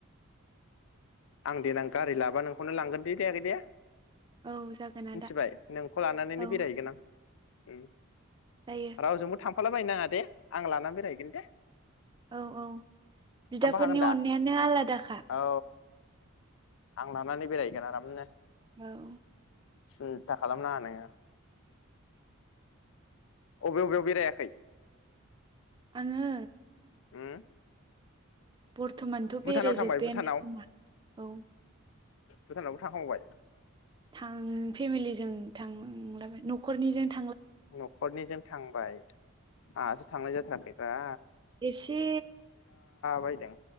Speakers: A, on the left; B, on the right.
A: आं देनां गारि लाबा नोंखौनो लांगोन दे दे आगै दे
B: औ जागोन आदा
A: मिथिबाय नोंखौ लानानैनो
B: औ
A: बेरायहैगोन आं उम
B: जायो
A: रावजोंबो थां फाला बायनाङा दे आं लानानै बेरायहैगोन दे
B: औ औ बिदाफोरनि
A: थांफाखागोन दा
B: अननायानो आलादाखा।
A: औ आं लानानै बेरायहैगोन आरामनो।
B: औ।
A: सिन्था खालामनाङा नोङो। अबे बबेयाव बेरायाखै
B: आङो
A: उम
B: बर्थ'मानथ'
A: भुटानाव
B: बेरायजोब्बायानो
A: थांबाय भुटानाव
B: खोमा औ।
A: भुटानावबो थांखांबावबाय
B: थां फेमिलिजों थांला न'खरनिजों थ
A: न'खरनिजों थांबाय आंहासो थांनाय जाथाराखैबा
B: एसे
A: बायदों